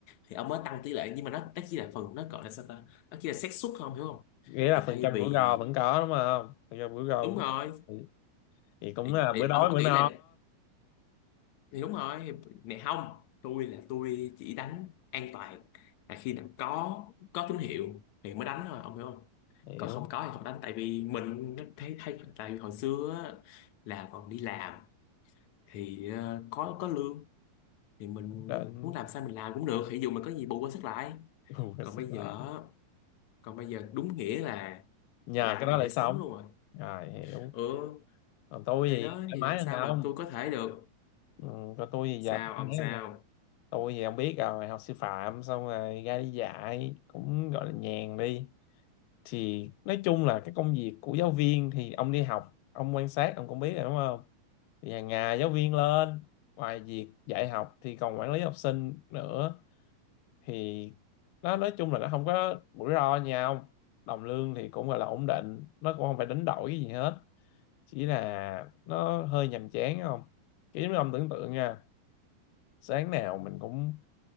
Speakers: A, on the left; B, on the left.
A: thì ông mới tăng tỷ lệ nhưng mà nó nó chỉ là phần nó gọi là sao ta nó chỉ là xác suất không hiểu không
B: nghĩa là
A: thì
B: phần
A: thay
B: trăm
A: vì
B: của gò vẫn có đúng không phần trăm của gò
A: đúng
B: vẫn
A: rồi
B: thì, thì cũng
A: thì,
B: là
A: thì
B: bữa đói
A: ông cứ
B: bữa
A: nghĩ
B: no
A: là thì đúng rồi này không tôi là tôi chỉ đánh an toàn là khi nào có có tín hiệu thì mới đánh thôi ông hiểu không
B: hiểu
A: còn không có thì không đánh tại vì mình nó thấy thấy tại vì hồi xưa á, là còn đi làm thì ờ, có có lương thì mình
B: Đừng-
A: muốn làm sao mình làm cũng được ví dụ mình có gì bù qua sức lại
B: Ừ, <laughs>
A: còn
B: sức
A: bây
B: lại
A: giờ còn bây giờ đúng nghĩa là
B: nhờ
A: làm
B: cái
A: cái
B: đó
A: này để
B: để sống
A: sống luôn rồi
B: rồi hiểu
A: ừ
B: còn tôi
A: thì
B: thì
A: đó
B: thoải
A: thì
B: mái
A: làm sao
B: hơn ông
A: mà tôi có thể được
B: ừ, còn tôi thì
A: sao
B: giờ thoải
A: ông
B: mái
A: sao
B: hơn ông tôi thì ông biết rồi học sư phạm xong rồi ra đi dạy cũng gọi là nhàn đi thì nói chung là cái công việc của giáo viên thì ông đi học ông quan sát ông cũng biết rồi đúng không thì hàng ngày giáo viên lên ngoài việc dạy học thì còn quản lý học sinh nữa thì nó nói chung là nó không có rủi ro nhau đồng lương thì cũng gọi là ổn định nó cũng không phải đánh đổi cái gì hết chỉ là nó hơi nhàm chán không kiểu như ông tưởng tượng nha sáng nào mình cũng